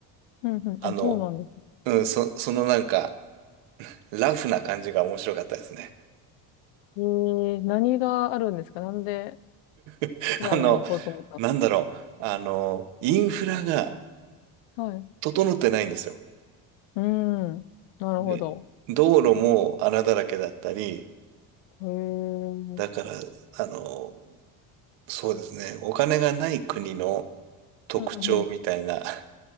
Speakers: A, on the left (about 80°); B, on the right (about 75°).
A: うんうん。
B: あの、
A: あ、そうなんですね。
B: うん、そ、そのなんか、ラフな感じが面白かったですね。
A: えー、何があるんですかなんで、
B: <laughs>
A: 平ィラナに行こうと思ったんで
B: あの、なんだろう、あの、インフラが
A: すかはい。
B: 整ってないんですよ。
A: うん。なるほど。
B: で、道路も穴だらけだったり、
A: へえ。うん
B: だから、あの、そうですね。お金がない国の特徴みたいな。
A: うん。